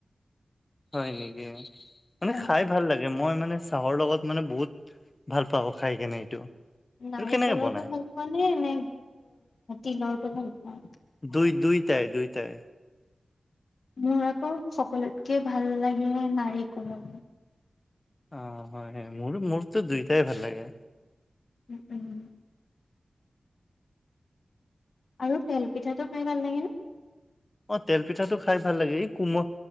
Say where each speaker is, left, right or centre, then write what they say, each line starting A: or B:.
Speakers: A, on the left (about 30°); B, on the left (about 75°).
A: হয় নেকি মানে
B: অ
A: খাই
B: অ
A: ভাল লাগে মই মানে চাহৰ লগত মানে বহুত ভাল পাও খাই কেনে এইটো
B: নাৰিকলৰটো
A: এইটো কেনেকে বনাই
B: ভাল পোৱা নে নে তিলৰটো ভাল পোৱা
A: দুই দুইটাই-দুইটাই।
B: মোৰ আকৌ সকলোতকে ভাল লাগে নাৰিকলৰ
A: অ হয় মোৰ মোৰতো দুইটাই ভাল লাগে
B: উম, উম, আৰু তেলপিঠাটো খাই ভাল লাগেনে
A: অ', তেল পিঠাটো খাই ভাল লাগে এই কোমল,